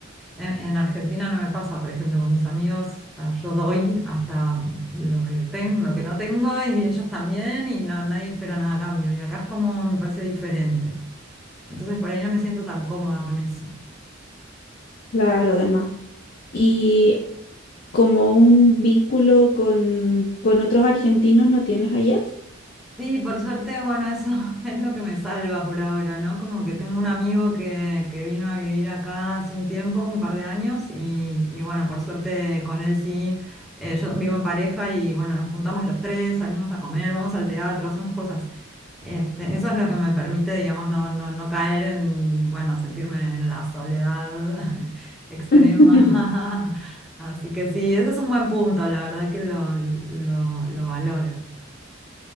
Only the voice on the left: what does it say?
Claro, demás. Y como un vínculo con, con otros argentinos no tienes allá.
<laughs>